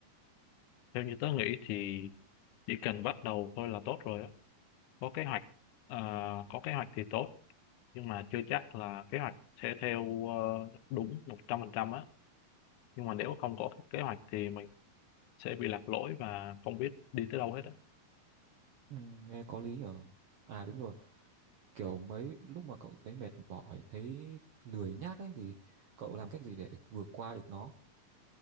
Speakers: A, on the left; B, on the right.
A: theo như tớ nghĩ thì chỉ cần bắt đầu thôi là tốt rồi á có kế hoạch ờ, có kế hoạch thì tốt nhưng mà chưa chắc là kế hoạch sẽ theo ờ, đúng 100% á nhưng mà nếu không có kế hoạch thì mình sẽ bị lạc lối và không biết đi tới đâu hết á
B: ừ, nghe có lý nhở à đúng rồi kiểu mấy lúc mà cậu thấy mệt mỏi thấy lười nhác ấy thì cậu làm cách gì để vượt qua được nó